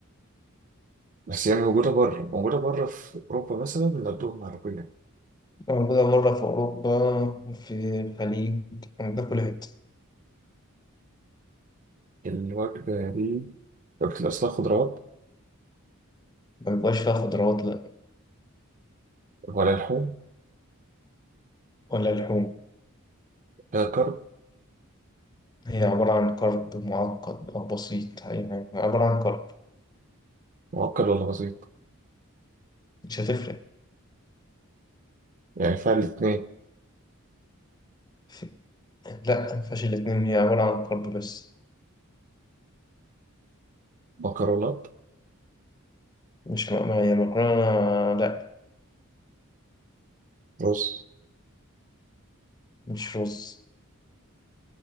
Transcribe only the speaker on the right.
بس هي موجودة بره موجودة بره في أوروبا مثلا بيغدوهم عربية
الوجبة دي لو بتبقى أصلها خضروات
ولا لحوم
فيها كرب
معقد ولا بسيط
يعني فيها الاتنين
مكرونات
رز